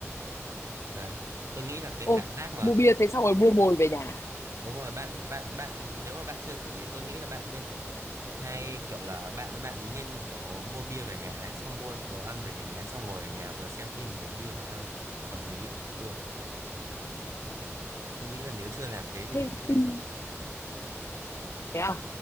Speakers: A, on the right; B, on the left.
A: đấy tôi nghĩ là cái
B: ô
A: cảm giác mà
B: mua bia thế xong rồi mua mồi về nhà
A: đúng rồi bạn bạn bạn nếu mà bạn chưa thử thì tôi nghĩ là bạn nên thử hay kiểu là bạn với bạn ấy nên kiểu mua bia về nhà ấy, xong mua đồ ăn về nhà ấy, xong ngồi ở nhà vừa xem phim vừa uống bia và ăn hợp lý cực luôn tôi nghĩ là nếu chưa làm thế thì
B: thêm
A: mình hãy nên
B: phim
A: thử
B: thế à